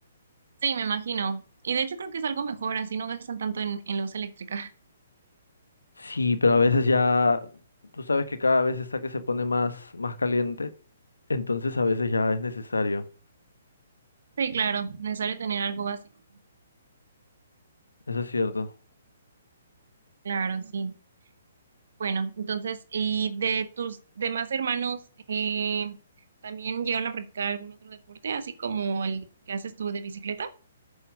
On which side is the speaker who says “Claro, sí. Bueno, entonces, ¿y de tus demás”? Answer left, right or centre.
Right